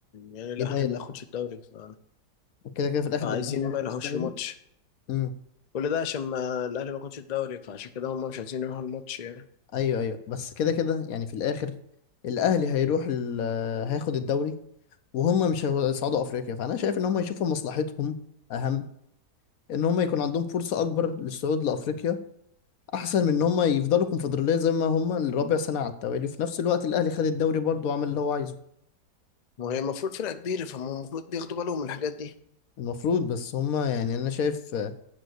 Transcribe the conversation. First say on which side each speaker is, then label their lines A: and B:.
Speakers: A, on the left; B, on the left.
A: يعني الاهلي
B: دي نايله
A: ما ياخدش الدوري ف...
B: وكده كده في الاخر
A: فعايزين
B: الاهلي هياخد
A: ما يلهوش
B: الدوري
A: الماتش
B: امم
A: كل ده عشان ما الاهلي ما ياخدش الدوري فعشان كده هم مش عايزين يروحوا الماتش يعني
B: ايوه ايوه بس كده كده يعني في الاخر الاهلي هيروح ال... آه، هياخد الدوري وهم مش هيصعدوا افريقيا فانا شايف ان هم يشوفوا مصلحتهم اهم ان هم يكون عندهم فرصه اكبر للصعود لافريقيا احسن من ان هم يفضلوا كونفدراليه زي ما هم الرابع سنه على التوالي وفي نفس الوقت الاهلي خد الدوري برضه وعمل اللي هو عايزه
A: ما هي المفروض فرقة كبيرة فهم المفروض بياخدوا بالهم من الحاجات دي
B: المفروض بس هم يعني انا شايف آه،